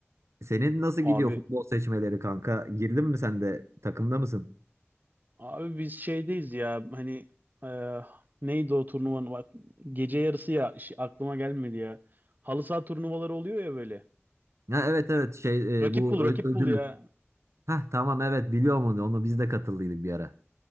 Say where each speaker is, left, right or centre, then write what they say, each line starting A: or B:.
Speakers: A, on the right; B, on the right.
A: Senin nasıl gidiyor
B: Abi.
A: futbol seçmeleri kanka? Girdin mi sen de takımda mısın?
B: Abi biz şeydeyiz ya. Hani e, neydi o turnuvanın? Bak, gece yarısı ya. Şi- aklıma gelmedi ya. Halı saha turnuvaları oluyor ya böyle.
A: Ha, evet evet şey
B: Rakip
A: e, bu
B: bul, rakip
A: ö- ödül.
B: bul ya.
A: Hah tamam evet biliyorum onu. Onu biz de katıldıydık bir ara.